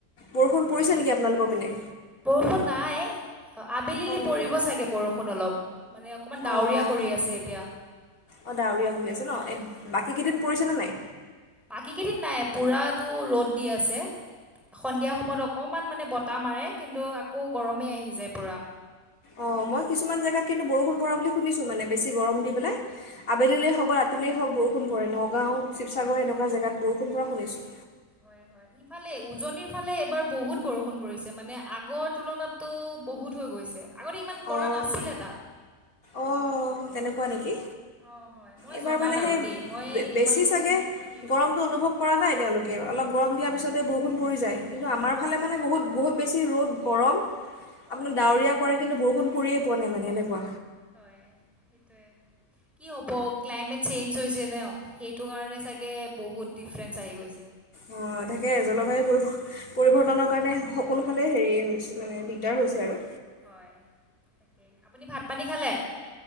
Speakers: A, in the centre; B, on the left.
A: হয়
B: বৰষুণ পৰিছে নেকি আপোনালোকৰ পিনে
A: বৰষুণ নাই আবেলিলৈ
B: অঁ
A: পৰিব চাগে বৰষুণ অলপ মানে অকমান ডাৱৰীয়া
B: অঁ
A: কৰি আছে এতিয়া হয়
B: অঁ ডাৱৰীয়া হৈ আছে ন এই বাকীকেইদিন পৰিছেনে নাই
A: বাকী কেইদিন নাই পুৰাতো ৰ'দ দি আছে সন্ধিয়া সময়ত অকমান মানে বতাহ মাৰে কিন্তু আকৌ গৰমেই আহি যায় পূৰা
B: অঁ মই কিছুমান জেগাত কিন্তু বৰষুণ পৰা বুলি শুনিছোঁ মানে বেছি গৰম দি পেলাই
A: হয়
B: আবেলিলেই
A: হয়
B: হওক বা ৰাতিলে হওক বৰষুণ পৰে ন নগাওঁ শিসাগৰ এনেকুৱা জেগাত বৰষুণপ শুনিছোঁ
A: হয় হয় ইফালে উজনিৰ ফালে এবাৰ বহুত বৰষুণ পৰিছে মানে আগৰ তুলনাতটো বহুত হৈ গৈছে আগতে ইমান পৰা
B: অঁ
A: নাছিলে তাত
B: অঁ তেনেকুৱা নেকি
A: অঁ হয় মই
B: এইবাৰ
A: জনাত
B: মানে
A: আৰু
B: সেই
A: দেই মই
B: বেছি
A: ইমানো
B: চাগে
A: সেইটো হেৰি নহয়
B: গৰমটো
A: কিন্তু
B: অনুভৱ
A: মই
B: কৰা নাই তেওঁলোকে অলপ গৰম দিয়াৰ পিছতে বৰষুণ পৰি যায় কিন্ত আমাৰ
A: হা
B: ফালে মানে বহুত বহুত বেছি ৰ'দ গৰম
A: হয়
B: আপোনাৰ ডাৱৰীয়া কৰে কিন্তু বৰষুণ পৰিয়ে পোৱা নাই মানে এনেকুৱা
A: হয় সেইটোয়ে কি হব ক্লাইমেট চেঞ্জ হৈছে ন সেই সেইটো কাৰণে চাগে বহুত ডিফাৰেন্ঞ্চ আহি গৈছে ছে <unintelligible>
B: অ তাকে জলবায়ু পৰি পৰিৱৰ্তনৰ কাৰণে সকলোফালে হেৰি মানে দিগদাৰ হৈছে আৰু
A: হয় তাকে আপুনি ভাত পানী খালে